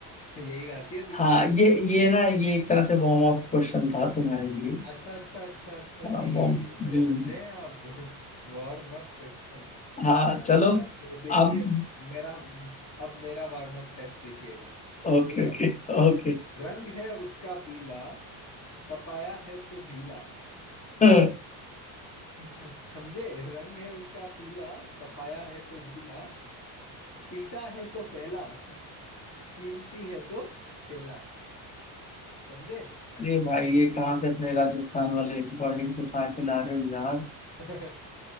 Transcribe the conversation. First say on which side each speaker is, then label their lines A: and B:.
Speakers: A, on the left; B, on the left.
A: यही गाती है दुनिया
B: हाँ ये ये ना ये एक तरह से वार्म अप क्वेश्चन था तुम्हारे लिए
A: अच्छा अच्छा अच्छा अच्छा
B: हाँ
A: जी
B: वार्म
A: बड़े बन रहे हैं आप <laughs> Warm up question
B: <laughs> हाँ
A: अच्छा
B: चलो
A: तो देखिए
B: अब
A: मेरा अब मेरा वार्म अप टेस्ट देखिएगा
B: ओके
A: ठीक है
B: ओके ओके
A: रंग है उसका पीला तपाया है तो ढीला
B: <laughs>
A: <laughs> समझे रंग है उसका पीला तपाया है तो ढीला पीटा है तो फैला <laughs> कीमती है तो छेला समझे
B: अरे भाई ये कहाँ से अपने राजस्थान वाले वर्डिंग्स उठा के ला रहे हो यार
A: <laughs>